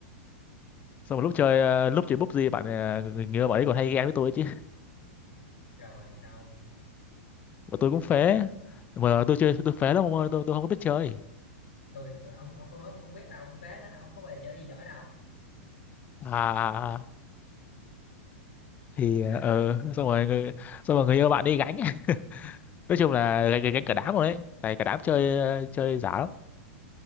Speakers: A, on the left; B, on the left.
A: xong rồi lúc chơi ờ, lúc chơi bút gì bạn ờ, người yêu bạn ấy còn hay ghen với tôi chứ
B: rồi sao
A: mà tôi cũng phế mà tôi chơi tôi phế lắm không ơi, tôi tôi không có biết chơi
B: tôi, tôi ông ông không nói tôi cũng biết là ông phế đó ông có về chơi gì giỏi đâu
A: à à, à. thì
B: đấy
A: ờ
B: mà
A: ừ, xong rồi người, xong rồi người yêu bạn đi gánh <laughs> nói chung là gánh, gánh cả đám rồi đấy tại cả đám chơi ờ, chơi giả lắm